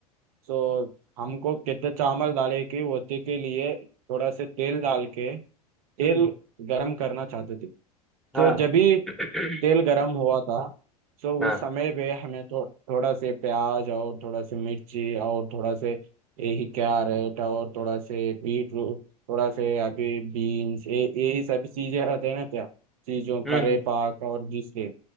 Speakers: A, on the right; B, in the centre.
A: तो हमको कितने चावल डाले कि होते के लिए थोड़ा से तेल डाल के तेल
B: हम्म
A: गरम करना चाहते थे तो
B: हाँ
A: जब भी
B: <clears throat>
A: तेल गरम हुआ था तो
B: हाँ
A: उस समय पे हमें तो थोड़ा से प्याज और थोड़ा से मिर्ची और थोड़ा से यही कैरेट और थोड़ा से बीट रूट थोड़ा से अभी बीन्स ये यही सब चीजें आते हैं ना क्या चीजों
B: हम्म
A: करे पाक और जिसके